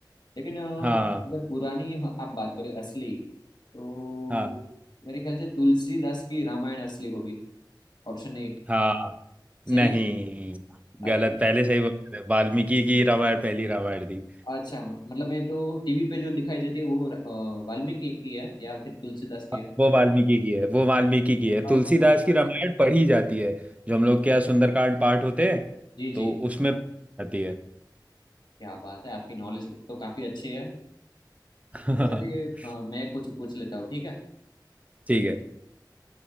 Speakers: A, on the left (about 65°); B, on the right (about 15°).
A: लेकिन अ,
B: हाँ
A: अगर पुरानी ह- आप बात करें असली तो
B: हाँ
A: मेरे ख्याल से तुलसीदास की रामायण असली होगी Option A
B: हाँ नहीं
A: सही है अरे
B: गलत पहले सही बोल रहे थे वाल्मीकि की रामायण पहली रामायण थी
A: अच्छा म- मतलब मैं तो टीवी पे जो दिखाई जाती है वो अ, वाल्मीकि की है या फिर तुलसीदास की
B: हाँ,
A: है
B: वो वाल्मीकि की है वो वाल्मीकि की है तुलसीदास
A: अच्छा
B: की रामायण पढ़ी जाती है जो हम लोग क्या सुंदरकांड पाठ होते हैं
A: जी
B: तो
A: जी
B: उसमें आती है
A: क्या बात है आपकी नॉलेज तो काफी अच्छी है
B: <laughs>
A: अच्छा चलिए अ, मैं कुछ पूछ लेता हूँ ठीक है
B: ठीक है